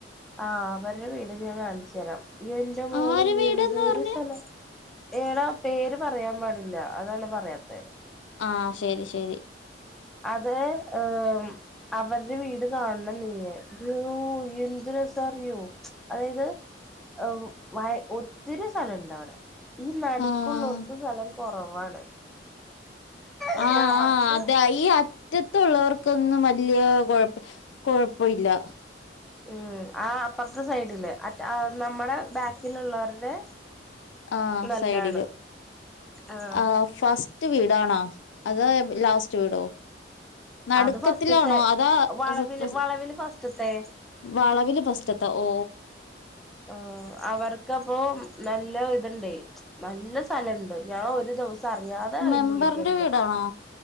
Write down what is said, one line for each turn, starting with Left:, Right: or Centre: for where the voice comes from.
Centre: ആഹ് അവരുടെ വീട് ഞാൻ കാണ്ച്ചരാം. എന്റെ മോളേ
Left: ആരെ വീടെന്ന്
Centre: എന്തൂരു
Left: പറഞ്ഞേ
Centre: സ്ഥലം ഏടാ പേര് പറയാൻ പാടില്ല. അതാണ് പറയാത്തെ.
Left: ആഹ്. ശരി, ശരി.
Centre: അതോ ഏ അവർടെ വീട് കാണണം നീയ്യ്, ഇയ്യോ.. ! എന്ത് രസാറിയോ? അതായത്, ഔ, വായ്, ഒത്തിരി സ്ഥലണ്ട് അവിടെ. ഈ നടുക്കുള്ളോർക്ക്
Left: ആഹ്
Centre: സലം കുറവാണ് എന്നാ
Left: ആഹ്
Centre: അവർക്ക്
Left: ആഹ് അതാ ഈ അ മുറ്റത്തള്ളവർക്കൊന്നും വലിയ കുഴപ്പ കൊഴപ്പല്യ.
Centre: ഉം ആ അപ്പൊറ്ത്തെ സൈഡില്ലെ. അറ്റ ആ നമ്മുടെ ബാക്കിലുള്ളവരുടെ
Left: ആഹ്
Centre: നല്ലാണ്
Left: സൈഡില്
Centre: ആ
Left: ആഹ് ഫസ്റ്റ് വീടാണോ? അതൊ ലാസ്റ്റ് വീടോ? നടുക്കത്തിലാണോ
Centre: അത് ഫസ്റ്റ്ത്തെ
Left: അതാ
Centre: വളവില്
Left: സത് സാ
Centre: വളവില് ഫസ്റ്റ്ത്തെ
Left: വളവില് ഫസ്റ്റ്ത്താ ഓ
Centre: ആ അവർക്കപ്പൊ നല്ല ഇത്ണ്ട് നല്ല സ്ഥലണ്ട് ഞാൻ ഒരു ദിവ അറിയാതെ അയിന്റെുള്ളി
Left: മെമ്പറിന്റെ
Centre: കേറിയതാ
Left: വീടാണോ